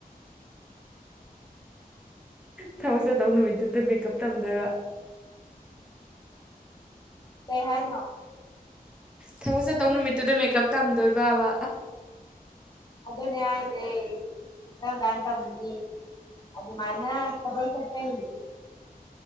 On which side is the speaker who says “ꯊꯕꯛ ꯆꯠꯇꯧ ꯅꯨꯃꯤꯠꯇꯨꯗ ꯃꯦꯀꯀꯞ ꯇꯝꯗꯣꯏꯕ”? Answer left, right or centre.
Centre